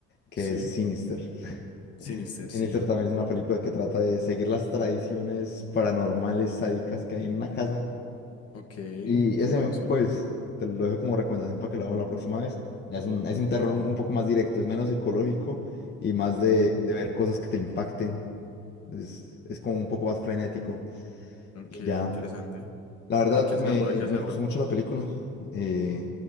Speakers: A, on the left; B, on the left.
A: que
B: Sí,
A: es Sinister. <laughs>
B: Sinister, sí.
A: Sinister también es una película que trata de seguir las tradiciones paranormales sádicas que hay en una casa.
B: ok,
A: Y ese,
B: curioso.
A: pues, te lo dejo como recomendación para que lo veamos la próxima vez. Ya es un,
B: Dale.
A: es un terror un poco más directo, es menos psicológico y más
B: Ok.
A: de, de ver cosas que te impacten. Es, es como un poco más frenético.
B: Ok,
A: Y ya.
B: interesante.
A: La verdad,
B: Hay que
A: me,
B: hacerlo, hay que hacerlo.
A: me gustó mucho la película. Eh,